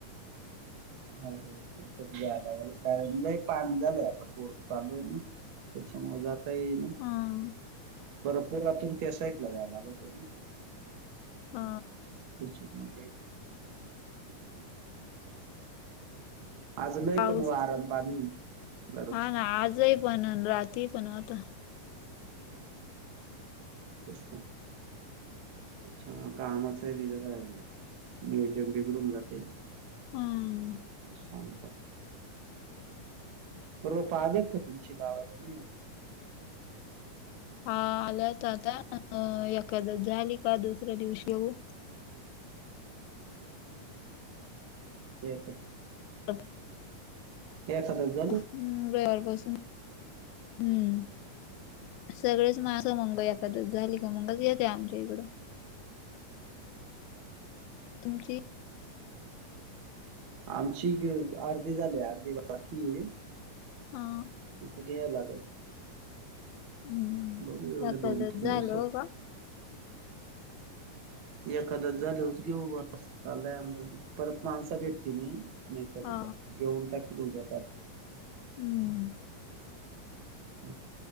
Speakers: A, on the right; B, on the left.
A: हो होच जायला लागल कार नाही पान झालंय आता पूर चालू आहे ना. त्याच्यामूळ जाता येई ना
B: हं
A: बर पुरातून त्या साईडला जाय लागत आहे ना.
B: ह.
A: तेचक म्ह आज लय
B: पाऊस
A: पण वारा अन पाणी दररोज
B: हा ना आजही पण न राती पनवत
A: ख अच्छा मग कामाच बी जरा आहे ना नियोजन बिघडून जातय.
B: हं
A: पानी प रोपा आले का तुमची लावायला नाही अजून
B: हा आल्या तर आता एखाद्या झाली का दुसऱ्या दिवशी घेऊ.
A: ते
B: ह
A: एक सदस्य
B: हम्म रविवारपासून हम्म सगळेच मा मंग एखाद्या झाली का मंगच घेते आमच्या इकडं तुमची
A: आमची अर्धी झाली अर्धी बाकीय
B: हा
A: आता गे लागल.
B: हम्म
A: बघू एवढ्या
B: सकलच
A: दोन तीन
B: झालं
A: दिवसात
B: हो का
A: एखादंच झालच घेऊ बस चालयंदा परत माणसा भेटती नाही. नाही तर
B: हा
A: म घेऊन टाकी ल उद्या
B: हम्म
A: हम